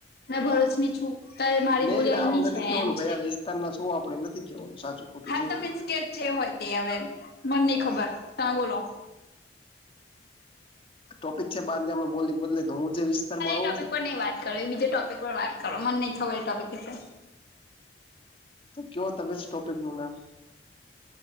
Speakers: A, on the left (about 60°); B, on the left (about 30°).
A: મે ભરૂચ ની છું. તો મારી
B: નહી
A: બુલાય
B: નામ
A: ની
B: નથી
A: છે
B: કેવાનું
A: એમ
B: કયા
A: છે
B: વિસ્તારના શું આપડે નથી કેવાનું સાચું ખોટું
A: હા
B: જે હોય.
A: તો મીન્સ કે જે હોય કે હવે મન નહી ખબર તમે બોલો
B: ટોપિક છે બાર ગામમે બોલી બદલે તો હું જે વિસ્તારમાં રહું
A: ટોપિક
B: છું.
A: પર નહી વાત કર એ બીજે ટોપિક પર વાત કરો મને નહીં ખબર એ ટોપિક ઉપર
B: તો કેવો તમે સટોપિક નું નામ